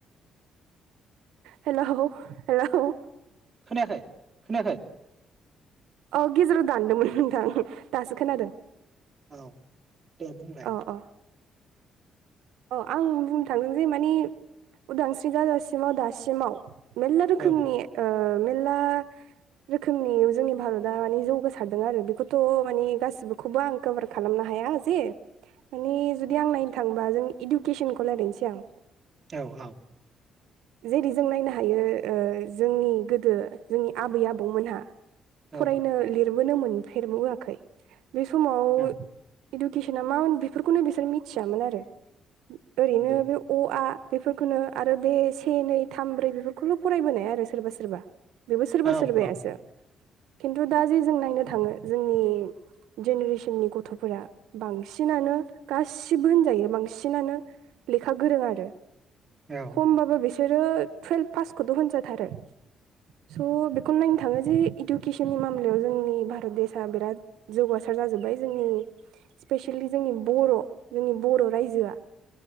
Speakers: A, on the right (about 85°); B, on the right (about 30°).
A: हेलौ हेलौ
B: खोनायाखै खोनायाखै।
A: अ गेजेराव दानदोंमोन नोंथां दासो खोनादों।
B: औ दे बुंलाय
A: अ। अ आं बुंनो थांदों जे मानि उदांस्रि जाजासिमाव दासिमाव मेलला रोखोमनि
B: औ
A: मेलला रोखोमनि जोंनि भारतआ मानि जौगासारदों आरो बेखौथ' माने गासिखौबो आं कभार खालामनो हाया जे
B: <inaudible>
A: माने जुदि आं नायनो थांबा जों इडुकेसनखौ रायलायनोसै आं
B: औ औ।
A: जेरै जों नायनो हायो जोंनि गोदो जोंनि आबै आबौ मोनहा
B: औ
A: फरायनो लिरबोनो मोनफेरबोआखै बे समाव
B: औ
A: इडुकेसना मामोन बेफोरखौनो बिसोर मिथियामोन आरो ओरैनो
B: नंगौ
A: बे अ आ बेफोरखौनो आरो बे से नै थाम ब्रै बेफोरखौल' फरायबोनाय आरो सोरबा सोरबा। बेबो सोरबा
B: औ
A: सोरबायायासो
B: औ
A: खिन्थु दा जे जों नायनो थाङो जोंनि जेनेरेसननि गथ'फोरा बांसिनानो गासिबो होनजायो बांसिन सिनानो लेखा गोरों आरो
B: औ
A: खमबाबो बिसोरो टुवेल्भ पासखौथ' होनजाथारो स' खनलायनो थाङो जे इडुकेसननि मामलायाव जोंनि भारत देसाआ बिराद जौगासार जाजोब्बाय जोंनि स्पेसियेलि जोंनि बर' जोंनि बर' रायजोआ